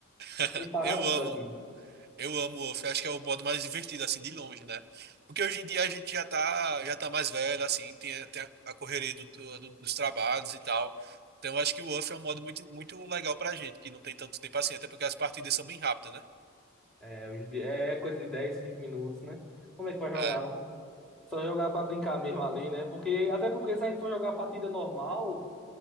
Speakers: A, on the right; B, in the centre.
A: <laughs>
B: Sem parar
A: Eu
B: tudo
A: amo.
B: aqui.
A: Eu amo o Wolf, acho que é o modo mais divertido, assim, de longe, né? Porque hoje em dia a gente já tá, já tá mais velho, assim, tem, a- tem a a correria do- do- dos trabalhos e tal. Então eu acho que o Wolf é um modo muito, muito legal pra gente, que não tem tanto tempo assim, até porque as partidas são bem rápidas, né?
B: É, hoje em dia- é é coisa de 10, 15 minutos, né? Como é que vai jogar?
A: É,
B: Só jogar pra brincar mesmo ali, né? Porque, até porque se a gente for jogar a partida normal,